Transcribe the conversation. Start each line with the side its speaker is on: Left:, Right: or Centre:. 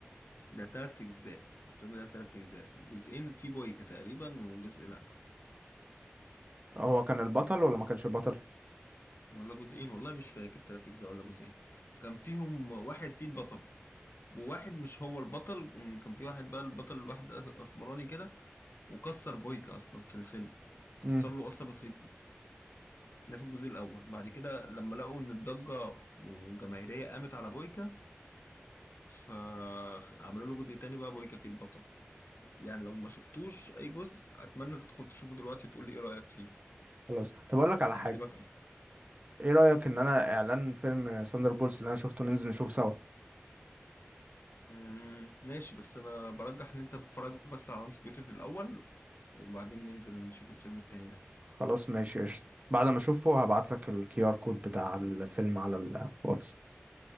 Left: ده تلات اجزاء الفيلم ده تلات اجزاء جزئين في بويكا تقريبا وجزء لا
Right: هو كان البطل ولا ما كانش البطل
Left: ولا جزئين والله مش فاكر تلات أجزاء ولا جزئين كان فيهم واحد فيه البطل وواحد مش هو البطل كان في واحد بقى البطل الواحد أسمراني كده وكسر بويكا أصلا في الفيلم
Right: امم
Left: كسر له قصبة رجله ده في الجزء الأول بعد كده لما لقوا إن الضجة وجماهيرية قامت على بويكا فعملوا له جزء تاني بقى بويكا فيه البطل يعني لو ما شفتوش أي جزء أتمنى تدخل تشوفه دلوقتي وتقول لي إيه رأيك فيه
Right: خلاص طب اقول لك على حاجة
Left: عجبك
Right: ايه رأيك ان انا اعلان فيلم ساندر بولز اللي انا شفته ننزل نشوفه سوا
Left: مم، ماشي بس انا برجح ان انت تتفرج بس على انسبيوتد الاول وبعدين ننزل نشوف الفيلم التاني ده
Right: خلاص ماشي قشطة بعد ما اشوفه هبعت لك الكي ار كود بتاع الفيلم على الواتس